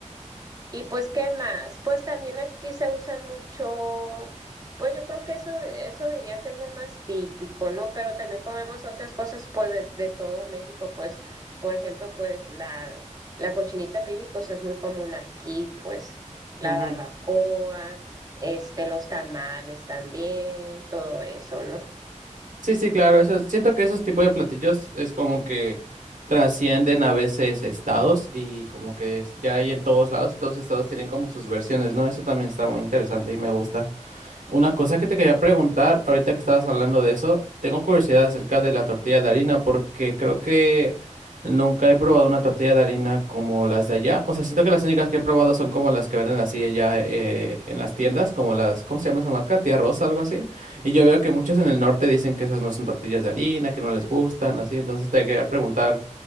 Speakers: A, on the right; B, on the right.
A: y pues, ¿qué más? Pues también aquí se usa mucho, pues yo creo que eso, eso diría que es lo más típico, ¿no? Pero también comemos otras cosas, pues, de, de todo México, pues, por ejemplo, pues la, la cochinita pibil, pues es muy común aquí, pues, la
B: Ujú.
A: barbacoa, este, los tamales también, todo eso, ¿no?
B: Sí, sí, claro, eso, siento que esos tipos de platillos es como que trascienden a veces estados y como que es- ya hay en todos lados y todos los estados tienen como sus versiones, ¿no? Eso también está muy interesante y me gusta. Una cosa que te quería preguntar, ahorita que estabas hablando de eso, tengo curiosidad acerca de la tortilla de harina, porque creo que nunca he probado una tortilla de harina como las de allá. O sea, siento que las únicas que he probado son como las que venden así allá eh, en las tiendas, como las, ¿cómo se llama esa marca? Tía Rosa, algo así. Y yo veo que muchos en el norte dicen que esas no son tortillas de harina, que no les gustan, así. Entonces te quería preguntar,